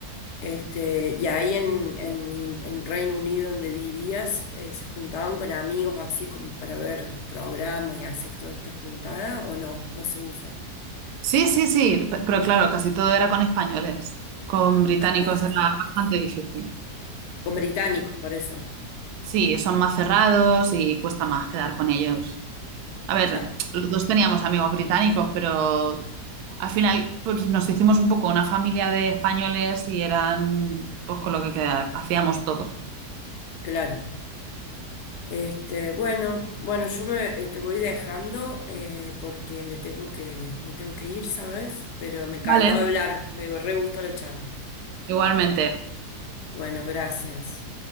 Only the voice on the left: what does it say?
Este, y ahí en, en, en Reino Unido donde vivías, eh, ¿se juntaban con amigos así como para ver programas y hacer toda esta juntada o no? No se usa.
Ah,
con británicos, por eso.
Ah,
claro. Este, bueno, bueno, yo me, eh, te voy dejando eh, porque me tengo que, me tengo que ir, ¿sabes? Pero me encantó
hablar, me re gustó la charla.
Bueno, gracias.